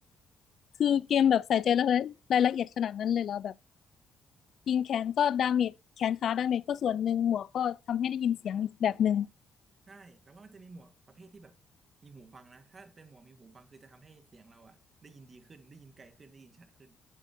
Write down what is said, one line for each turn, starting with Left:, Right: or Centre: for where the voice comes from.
Left: คือเกมแบบใส่ใจรายละรายละเอียดขนาดนั้นเลยเหรอแบบยิงแขนก็ดาเมจแขนขาดาเมจก็ส่วนหนึ่งหมวกก็ทำให้ได้ยินเสียงอีกแบบหนึ่ง
Right: ใช่แต่ว่ามันจะมีหมวกประเภทที่แบบมีหูฟังนะถ้าเป็นหมวกมีหูฟังคือจะทำให้เสียงเราอะได้ยินดีขึ้นได้ยินไกลขึ้นได้ยินชัดขึ้น